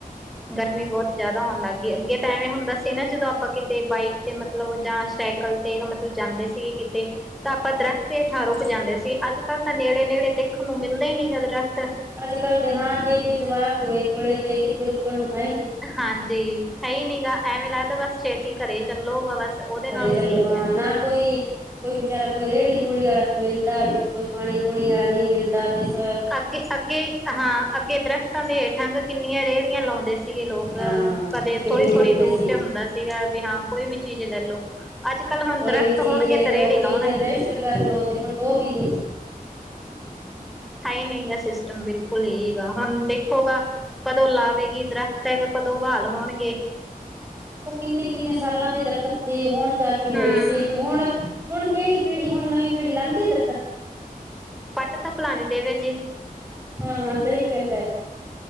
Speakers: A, in the centre; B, on the right (about 15°).
A: ਗਰਮੀ ਬਹੁਤ ਜ਼ਿਆਦਾ ਹੋਣ ਲੱਗ ਗਈ ਐ। ਅੱਗੇ ਤਾਂ ਐਵੇਂ ਹੁੰਦਾ ਸੀ‌ ਨਾ ਜਦੋਂ ਆਪਾਂ ਕਿਤੇ ਬਾਈਕ ਤੇ ਮਤਲਬ ਜਾਂ ਸਾਈਕਲ ਤੇ ਮਤਲਬ ਜਾਂਦੇ ਸੀ ਕਿਤੇ ਤਾਂ ਆਪਾਂ ਦਰੱਖ਼ਤ ਹੇਠਾਂ ਰੁਕ ਜਾਂਦੇ ਸੀ, ਅੱਜ ਕੱਲ੍ਹ ਤਾਂ ਨੇੜੇ ਨੇੜੇ ਦੇਖਣ ਨੂੰ ਮਿਲਦੇ ਹੀ ਨਹੀਂ ਦਰੱਖਤ
B: ਅੱਜ ਕੱਲ੍ਹ ਤੇ ਹਾਂ ਜੇ ਕੋਈ ਜਵਾਕ ਹੋਵੇ ਕੋਲੇ ਤੇ ਕਿੱਥੇ ਰੁਕਣ ਨੂੰ ਥਾਂ ਹੀ ਨਹੀਂ
A: ਹਾਂਜੀ ਹੈ ਹੀ ਨੀ ਗਾ ਐਵੇਂ ਲੱਗਦਾ ਬਸ ਛੇਤੀ ਘਰੇ ਚੱਲੋ ਬਸ ਉਹਦੇ ਨਾਲ
B: ਘਰੇ
A: ਵੀ
B: ਚੱਲੋ
A: ਠੀਕ
B: ਹਾਂ
A: ਹੈ
B: ਨਾ ਕੋਈ ਕੋਈ ਵਿਚਾਰਾ ਕੋਈ ਰੇਹੜੀ ਰੂਹੜੀ ਵਾਲਾ ਮਿਲਦਾ ਵੀ ਕੋਈ ਪਾਣੀ ਪੂਣੀ ਵਾਲਾ ਨਹੀਂ ਮਿਲਦਾ ਤੇ ਸ
A: ਅੱਗੇ ਅੱਗੇ ਹਾਂ ਅੱਗੇ ਦਰੱਖਤਾਂ ਦੇ ਹੇਠਾਂ ਕਿੰਨੀਆਂ ਰੇਹੜੀਆਂ ਲਾਉਂਦੇ ਸੀਗੇ ਲੋਕ
B: ਹਾਂ
A: ਕਦੇ
B: ਕਿੰਨੀਆਂ
A: ਥੋੜੀ ਥੋੜ੍ਹੀ
B: ਲਾਉਂਦੇ
A: ਦੂਰ
B: ਸੀ
A: ਤੇ ਹੁੰਦਾ ਸੀਗਾ ਵੀ ਹਾਂ, ਕੋਈ ਵੀ ਚੀਜ਼ ਲੈ ਲੋ ਅੱਜ ਕੱਲ ਹੁਣ
B: ਕੋਈ
A: ਦਰੱਖਤ
B: ਵੀ ਚੀਜ਼
A: ਹੋਣਗੇ
B: ਲੈ ਲੋ
A: ਤੇ ਰੇੜੇ ਲਾਉਣ
B: ਕਿਧਰ
A: ਹੂ
B: ਰੈਸਟ ਕਰ ਲੋ ਤੇ ਹੁਣ ਉਹ ਵੀ ਨੀ
A: ਹੈ ਹੀ ਨਹੀਂ ਗਾ ਸਿਸਟਮ ਬਿਲਕੁਲ ਏ ਈ ਗਾ ਹੁਣ ਦੇਖੋਗਾ ਕਦੋਂ ਲਾਵੇਗੀ ਦਰਖਤ ਹੈਗਾ ਕਦੋਂ ਬਹਾਲ ਹੋਣਗੇ।
B: ਉਹ ਕਿੰਨੇ ਕਿੰਨੇ ਸਾਲਾਂ ਦੇ ਦਰਖਤ ਸੀ, ਹੁਣ ਜਾ ਕੇ
A: ਹੂੰ।
B: ਹੋਈ ਸੀ ਤੇ ਹਣੁ ਹੁਣ‌ ਕੇੜੀ ਪੀੜ੍ਹੀ ਹੁਣ ਨਵੀਂ ਪੀੜ੍ਹੀ ਲਾਉਂਦੀ ਆ ਦਰਖਤ
A: ਪੱਟ ਤਾਂ ਭਲਾਵਾ ਦੇਵੇ ਜੀ।
B: ਹਾਂ ਸਹੀ ਗੱਲ ਹੈ।